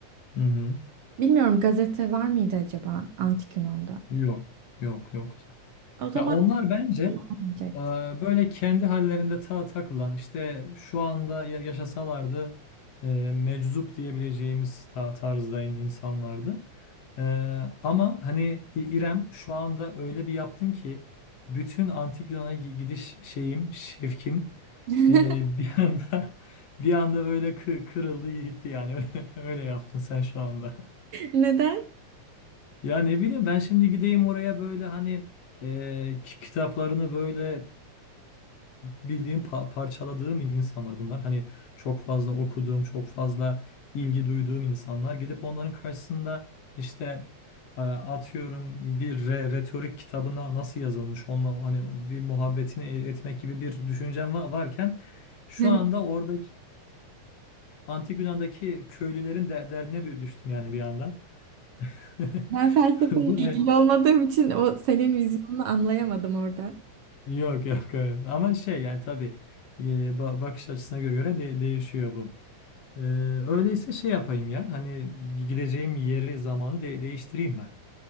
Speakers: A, on the left; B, on the right.
A: Hı hı.
B: bilmiyorum gazete var mıydı acaba Antik Yunan'da?
A: Yok. Yok yoktu.
B: O zaman
A: Ya onlar bence
B: olmayacaktı.
A: e, böyle kendi hallerinde ta takılan işte şu anda ya- yaşasalardı e, meczup diyebileceğimiz ta tarzda in- insanlardı. E, ama hani İ- İrem şu anda öyle bir yaptın ki bütün antik Yunan'a gi- gidiş şeyim, şevkim
B: <laughs>
A: e, bir <laughs> anda bir anda böyle kı- kırıldı gitti yani. <laughs> Öyle yaptın sen şu anda.
B: Neden?
A: Ya ne bileyim ben şimdi gideyim oraya böyle hani e, ki- kitaplarını böyle bildiğim pa- parçaladığım in- insanlar bunlar. Hani çok fazla okuduğum, çok fazla ilgi duyduğum insanlar. Gidip onların karşısında işte e, atıyorum bir re- retorik kitabına nasıl yazılmış onunla hani bir muhabbetini e- etmek gibi bir düşüncem va- varken şu
B: <laughs>
A: anda oradaki Antik Yunan'daki köylülerin de derdine dü- düştüm yani bir anda. <laughs>
B: Ben felsefeyle
A: Bu
B: ilgili
A: ne?
B: olmadığım için o senin vizyonunu anlayamadım orada.
A: Yok yok evet. Ama şey yani tabii e, ba- bakış açısına göre de değişiyor bu. Ee, öyleyse şey yapayım ya. Hani gideceğim yeri zamanı de- değiştireyim ben.